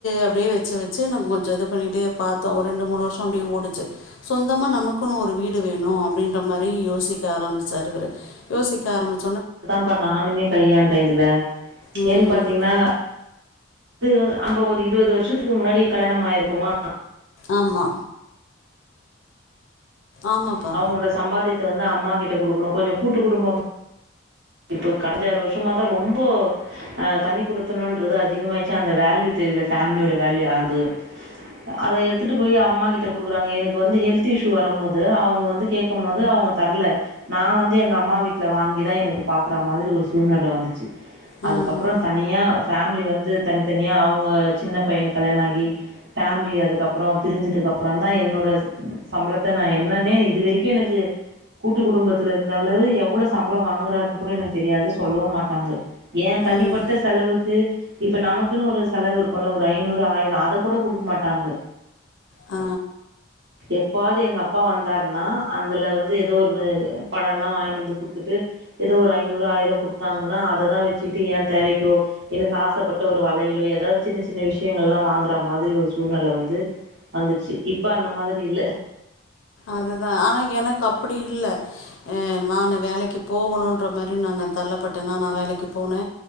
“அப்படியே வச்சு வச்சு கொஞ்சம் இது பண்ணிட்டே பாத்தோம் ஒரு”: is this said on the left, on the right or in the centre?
Left